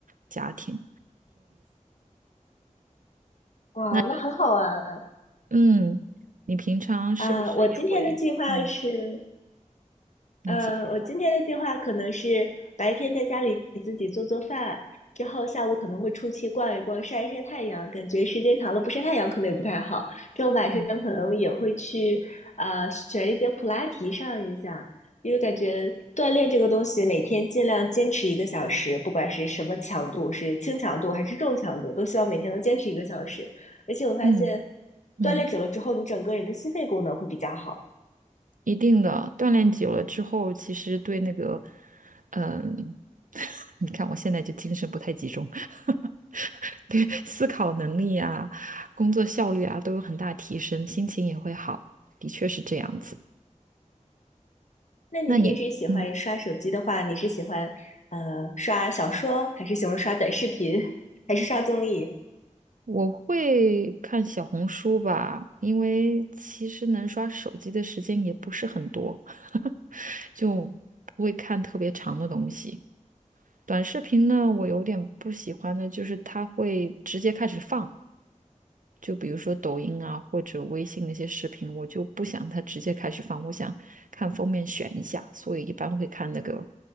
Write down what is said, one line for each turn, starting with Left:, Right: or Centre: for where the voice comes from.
Right: 家庭，
Left: 哇，
Right: 那你呢，
Left: 那很好玩。
Right: 嗯，你平常是不是也会，
Left: 啊我今天的计划是
Right: 嗯，你继续说，
Left: 呃，我今天的计划可能是白天在家里自己做做饭，之后下午可能会出去逛一逛，晒一晒太阳。感觉时间长了不晒太阳可能也不太好。之后晚上可能也会去呃选一节普拉提上一下，
Right: 嗯
Left: 因为感觉锻炼这个东西每天尽量坚持一个小时，不管是什么强度，是轻强度还是重强度，都希望每天能坚持一个小时。而且我发现
Right: 嗯嗯。
Left: 锻炼久了之后，你整个人的心肺功能会比较好。
Right: 一定的，锻炼久了之后，其实对那个，嗯，<laughs> 你看我现在就精神不太集中，<laughs> 对思考能力啊、工作效率啊都有很大提升，心情也会好，的确是这样子。
Left: 那你平时喜欢刷手机的话，
Right: 那你，嗯，
Left: 你是喜欢呃刷小说，还是喜欢刷短视频，还是刷综艺？
Right: 我会看小红书吧，因为其实能刷手机的时间也不是很多，<laughs> 就不会看特别长的东西。短视频呢，我有点不喜欢的，就是它会直接开始放，就比如说抖音啊或者微信那些视频，我就不想它直接开始放，我想看封面选一下，所以一般会看那个